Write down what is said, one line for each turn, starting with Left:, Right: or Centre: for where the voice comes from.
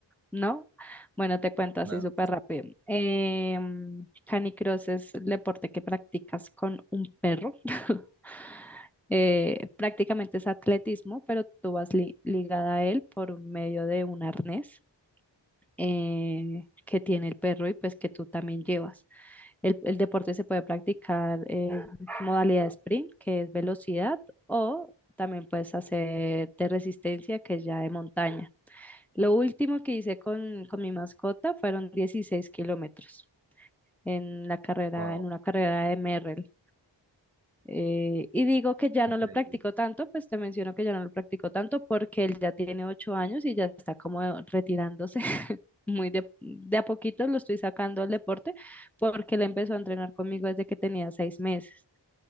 Centre: ¿No? Bueno, te cuento
Right: No,
Centre: así súper rápido. Em, canicross es el deporte que practicas con un perro. <laughs> Eh, prácticamente es atletismo, pero tú vas li- ligada a él por medio de un arnés. eh, que tiene el perro y pues que tú también llevas. El, el deporte se puede practicar en modalidad sprint, que es velocidad, o también puedes hacer de resistencia, que es ya de montaña. Lo último que hice con, con mi mascota fueron 16 kilómetros en la carrera,
Right: wow,
Centre: en una carrera de Merrell. Eh, y digo que ya
Right: increíble.
Centre: no lo practico tanto, pues te menciono que ya no lo practico tanto porque él ya tiene ocho años y ya está como retirándose muy de, de a poquito lo estoy sacando al deporte porque él empezó a entrenar conmigo desde que tenía seis meses.